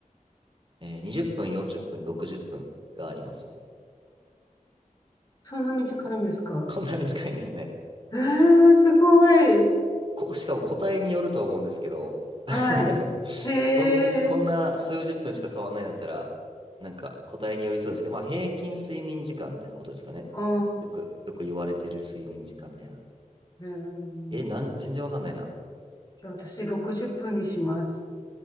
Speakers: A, on the right; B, on the left.
A: えー、20分、40分、60分がありますね。
B: そんな短いんですか
A: こんな短いんですね。
B: えー、すごい。
A: こ、しかも答えによると思うんですけど
B: はい。
A: <laughs>
B: へえ。
A: こん、こんな数十分しか変わらないんだったら、なんか答えによりそうですけど、まあ平均睡眠時間みたいなことですかね。
B: あ
A: よく、よく言われてる睡眠時間みたいな。
B: ー、えー、
A: え、なん、全然わかんないな。
B: じゃあ私60分にします。